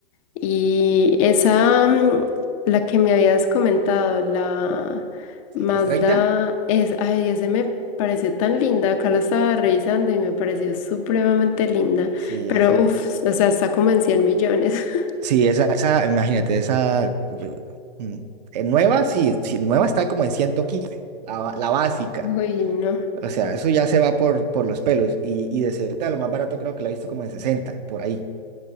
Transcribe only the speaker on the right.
X30.
Sí,
esa.
Sí, esa, esa, imagínate, esa. yo- mm, eh, nueva, sí, sí, nueva está como en 115 la, ba- la básica.
O sea, eso ya se va por, por los pelos. Y, y de segunda, lo más barato creo que la he visto como en 60 por ahí.